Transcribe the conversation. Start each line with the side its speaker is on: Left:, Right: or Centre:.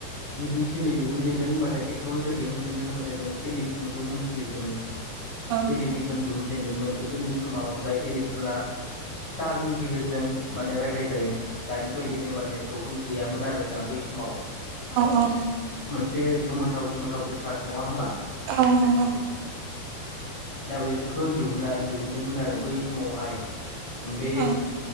Left: गिबिसिनै दिहुनजेनदों होनबाथाय टेक्न'लजियाव दिहुनजेनदों होनबाथाय जों टेलिभिसनखौ मिथियो जोङो
Right: औ
Left: टेलिभिसन दिहुनजेनदोंमोन गोदोनि समाव जाय टेलिभिजना टारनि गेजेरजों माने रायलाय जायोमोन दानि बायदि
Right: उम
Left: जेनेबा नेटवर्कनि गैयामोन आरोना बै समाव
Right: औ औ
Left: एसे गोमोथाव गोमोनोथाव बेसाद नङा होनोमबा
Right: औ नांगौ
Left: दा बेफोरखौ दिहुनना दिहुनदोंमोन आरो बै समावहाय बे
Right: औ